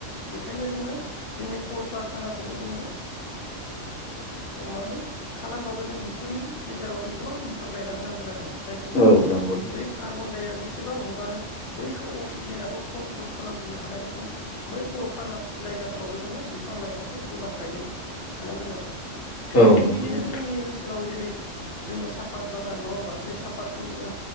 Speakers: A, on the left (about 65°); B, on the left (about 85°).
A: बेखायनो जोङो जोंनि कलकारखानाखौबो जोङो ओ अ माने खालामबाबो जों बेफोरनि गेजेराव जों गोबां बिफां गायना होनांगोन आरो जायखौ जोङो
B: औ नंगौ
A: बै कार्बनडाइआ जेसे बां हगारो बैखौ अक्सिजेनाबो कन्ट्रल खालामफिननो हानाय रखम बै कलखाना जाय जायगाफोरावबो जोङो बिफां लाइफांखौ गोबां गायनाय हानांगोन आरो
B: औ
A: थिग
B: नंगौ
A: बिदिनो
B: नोंथां
A: जोंनि ओनसोलाव जेरै जोङो सापात बागान नङा होमबा बे सापातखौ जोङो